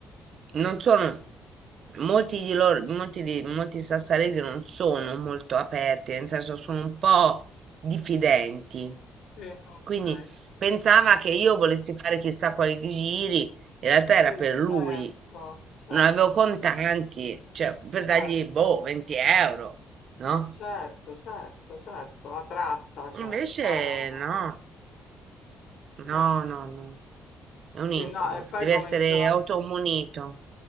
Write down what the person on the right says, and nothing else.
non sono molti di loro, molti di molti sassaresi non sono molto aperti, nel senso sono un po' diffidenti.
Quindi pensava che io volessi fare chissà quali giri in realtà era
per
lui,
non avevo contanti, cioè per
dargli, boh, 20 euro, no?
Invece
no,
no, no, no, è un
incubo,
deve
essere
automunito.